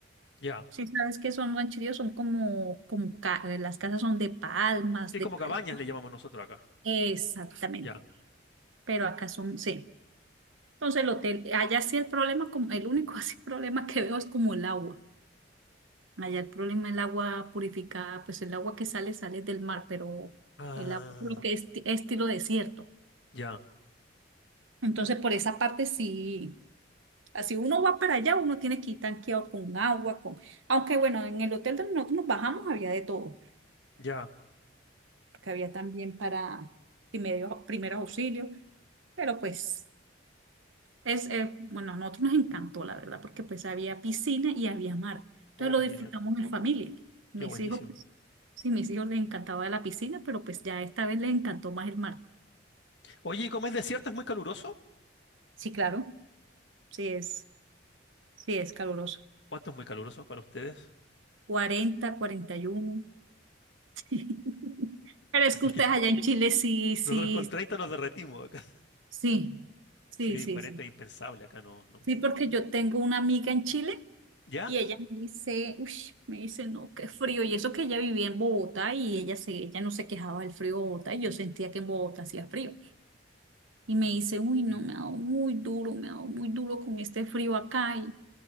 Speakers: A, on the left (about 65°); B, on the right (about 80°).
A: Ya.
B: si sabes que son rancheríos, son como, como ca- las casas son de palmas,
A: Sí,
B: de
A: como
B: palmas.
A: cabañas le llamamos nosotros acá.
B: Exactamente.
A: Ya.
B: Pero acá son, sí. Entonces el hotel, allá sí el problema, como, el único <laughs> así problema que veo es como el agua. Allá el problema es el agua purificada, pues el agua que sale, sale del mar, pero
A: Ah,
B: el agua creo que es esti- estilo desierto.
A: ya,
B: Entonces por esa parte sí, así uno va para allá, uno tiene que ir tanqueado con agua, con... Aunque bueno, en el hotel donde nosotros nos bajamos había de todo,
A: ya.
B: porque había también para primero, primeros auxilios, pero pues... Es, eh, bueno, a nosotros nos encantó, la verdad, porque pues había piscina y había mar. Entonces
A: Oh,
B: lo
A: qué
B: disfrutamos
A: genial.
B: en familia. Mis
A: Qué buenísimo.
B: hijos, pues, sí, mis hijos les encantaba la piscina, pero pues ya esta vez les encantó más el mar.
A: Oye, ¿y como es desierto, es muy caluroso?
B: Sí, claro, sí es, sí es caluroso.
A: ¿Cuánto es muy caluroso para ustedes? <laughs>
B: cuarenta cuarenta y uno <laughs> Pero es que
A: Es
B: ustedes
A: que
B: allá en Chile sí, sí,
A: nosotros con 30 nos derretimos acá.
B: sí, sí,
A: Sí,
B: sí,
A: 40,
B: sí.
A: es impensable acá, no, no.
B: Sí, porque yo tengo una amiga en Chile
A: ¿Ya?
B: Y ella me dice, uy, me dice, no, qué frío. Y eso que ella vivía en Bogotá y ella, se, ella no se quejaba del frío de Bogotá y yo sentía que en Bogotá hacía frío. Y me dice, uy, no,
A: Sí.
B: me ha dado muy duro, me ha dado muy duro con este frío acá. Y,